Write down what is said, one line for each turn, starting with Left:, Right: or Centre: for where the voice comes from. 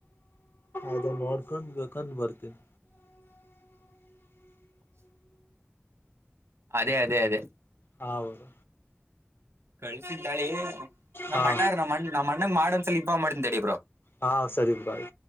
Left: ಅದ ನೋಡ್ಕೊಂಡ್ ಬಂದು್ ಬರ್ತೇನಿ
Right: ಅದೇ ಅದೇ ಅದೇ
Left: ಹೌದು
Right: ಕಳ್ಸ ತಾಳಿ ನಮ್ಮ
Left: ಹಾ
Right: ಅಣ್ಣಾರ ನಮ್ಮ ಅಣ್ಣ ನಮ್ಮ ಅಣ್ಣನ್ ಮಾಡ್ ಅಂತಸಲ ಇನ್ಫಾರ್ಮ್ ಮಾಡ್ಡಿ ಇಬ್ರು
Left: ಹಾ ಸರಿ ಭಾಯ್